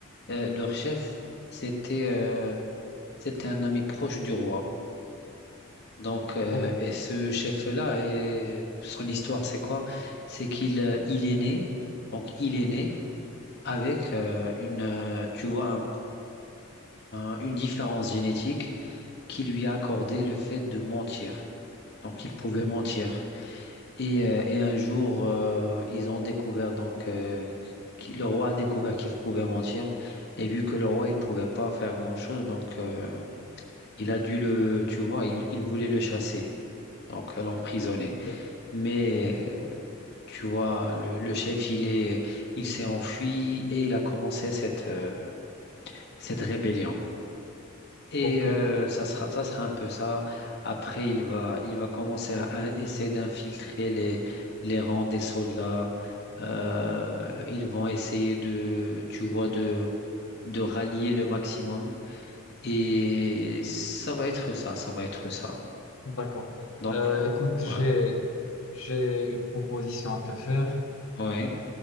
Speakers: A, on the left; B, on the left.
A: euh, leur chef, c'était euh, c'était un ami proche du roi. Donc, euh,
B: Ok,
A: et ce chef-là, et son histoire, c'est quoi? C'est qu'il euh, il est né, donc il est né avec euh, une, euh, tu vois, un- un- une différence génétique qui lui a accordé le fait de mentir. Donc, il pouvait
B: ok,
A: mentir. Et, euh, et un jour, euh, ils ont découvert, donc, euh, qui- le roi a découvert qu'il pouvait mentir. Et vu que le roi, il pouvait pas faire grand-chose, donc, euh, il a dû le, tu vois, il, il voulait le chasser donc euh, l'emprisonner.
B: ok,
A: Mais euh, tu vois, le, le chef, il est, il s'est enfui et il a commencé cette, euh, cette rébellion. Et
B: ok.
A: euh, ça sera, ça sera un peu ça. Après, il va, il va commencer à in- essayer d'infiltrer les, les rangs des soldats. Euh, ils vont essayer de, tu vois, de, de rallier le maximum. Et ça va être ça, ça va être ça.
B: D'accord.
A: Donc,
B: Euh, écoute,
A: voilà.
B: j'ai, j'ai une proposition à te faire.
A: Ouais,